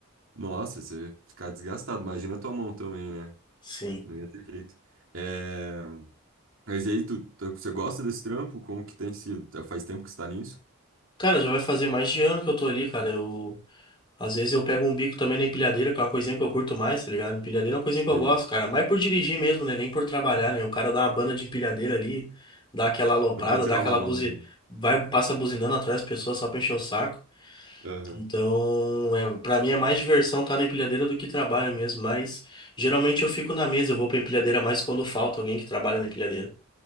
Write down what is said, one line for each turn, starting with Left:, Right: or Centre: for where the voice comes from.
Right: Nossa, você ia ficar desgastado. Imagina a tua mão também, né?
Left: Sim.
Right: Não ia ter jeito. É... Mas aí, tu, tu- você gosta desse trampo? Como que tem sido? Faz tempo que você tá nisso?
Left: Cara, já vai fazer mais de ano que eu tô ali, cara. Eu, às vezes eu pego um bico também na empilhadeira, que é uma coisinha que eu curto mais, tá ligado? Empilhadeira é uma coisinha
Right: Sei.
Left: que eu gosto, cara. Mas por dirigir mesmo, né? Nem por trabalhar, né? O cara dá uma banda de empilhadeira ali, dá aquela aloprada,
Right: Dá pra tirar
Left: dá aquela
Right: uma onda,
Left: buzi... vai, passa buzinando atrás das pessoas só pra encher o saco.
Right: né?
Left: Então, é, para mim é mais diversão estar na empilhadeira do que trabalho mesmo, mas geralmente eu fico na mesa, eu vou pra empilhadeira mais quando falta alguém que trabalha na empilhadeira.